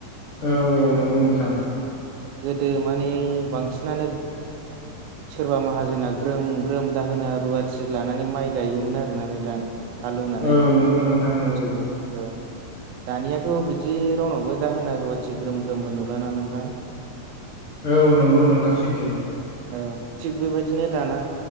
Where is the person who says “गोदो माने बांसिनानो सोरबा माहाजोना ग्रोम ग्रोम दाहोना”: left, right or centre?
Right